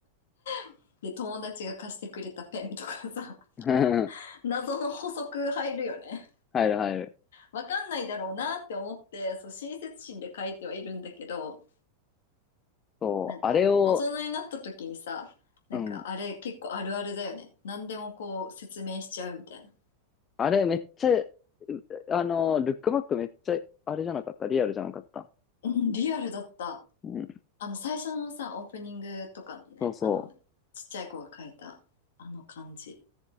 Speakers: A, on the left; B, on the left.
A: <laughs> で、友達が貸してくれたペンとかさ、
B: <laughs>
A: <laughs> 謎の補足入るよね。
B: 入る入る。
A: わかんないだろうなって思って、そう、親切心で書いてはいるんだけど、
B: そう。
A: なんか、
B: あれを、
A: 大人になった時にさ、なんかあれ結構あるあるだよね。
B: うん。
A: 何でもこう説明しちゃうみたいな。
B: あれめっちゃ、うあの、ルックバックめっちゃ、あれじゃなかった。リアルじゃなかった。
A: うん、リアルだった。
B: うん。
A: あの、最初のさ、オープニングとかのね、
B: そうそう。
A: あの、ちっちゃい子が書いた、あの感じ。